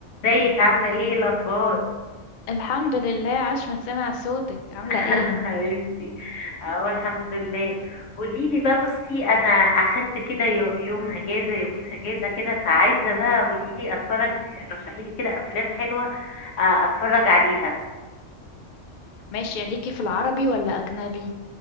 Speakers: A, on the left; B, on the left.
A: ازيك عاملة ايه إيه الأخبار؟
B: الحمد لله عاش من سمع صوتك عاملة
A: <laughs>
B: ايه
A: حبيبتي اهو الحمد لله قوليلي بقى بصي أنا أخدت كده يو- يوم أجازة يومين أجازة كده فعايزة بقى قوليلي أتفرج رشحيلي كده أفلام حلوة آه، أتفرج عليها
B: ماشي ليكي في العربي ولا أجنبي